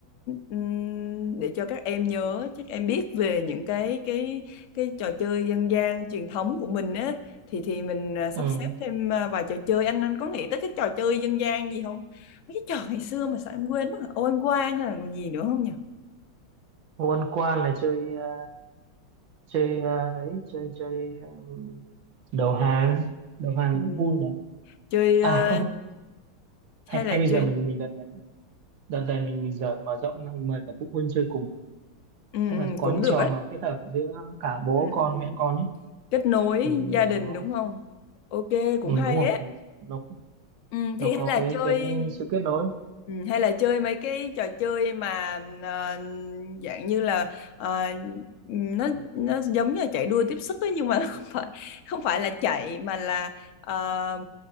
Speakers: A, on the left (about 55°); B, on the right (about 70°).
A: ừm, để cho các em nhớ chắc em biết về những cái cái cái trò chơi dân gian truyền thống của mình thì thì mình à, sắp
B: ừ
A: xếp thêm à, vài trò chơi anh anh có nghĩ tới cái trò chơi dân gian gì không mấy cái trò ngày xưa mà sao em quên mất rồi? ô ăn quan hay là còn gì nữa không nhỉ
B: Quân quan là chơi ờ, chơi ờ, ấy chơi chơi ờ, đầu hàng đầu hàng
A: ừ.
B: cũng vui này
A: chơi
B: à
A: à,
B: không hay
A: hay là
B: hay
A: chơi
B: bây giờ mình mình đợt này đợt này mình mình giờ mở rộng ra, mình mời cả phụ huynh chơi cùng
A: ừ,
B: tức
A: ừ,
B: là có
A: cũng
B: những
A: được
B: trò
A: á
B: mà kết hợp giữa cả bố
A: ừ,
B: con
A: ừ.
B: mẹ con ấy
A: kết nối
B: thì
A: gia đình
B: nó
A: đúng không ok
B: ừ,
A: cũng hay
B: đúng rồi
A: ấy
B: nó
A: Ừ,
B: nó
A: thì hay
B: có
A: là
B: cái
A: chơi
B: cái sự kết nối
A: ừ, hay là chơi mấy cái trò chơi mà ờ, dạng như là ờ, ừ, nó nó giống như là chạy đua tiếp sức ấy, nhưng mà <laughs> nó không phải không phải là chạy mà là ờ,